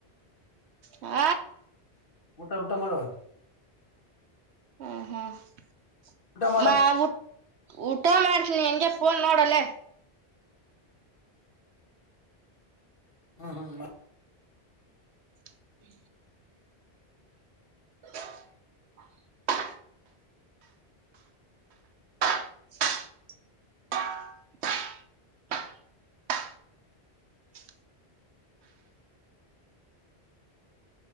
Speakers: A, on the right; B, on the left.
A: ಹಾ
B: ಊಟ ಊಟ ಮಾಡು.
A: ಹ್ಮ್ ಹ್ಮ್
B: ಊಟ
A: <unintelligible>
B: ಮಾಡ
A: ಊಟ ಮಾಡ್ಸಿ ಹೆಂಗೆ ಫೋನ್ ನೋಡೋಲೇ
B: ಹ್ಮ್ ಹ್ಮ್
A: <inaudible> ಈ <inaudible> <inaudible> ಯು <inaudible>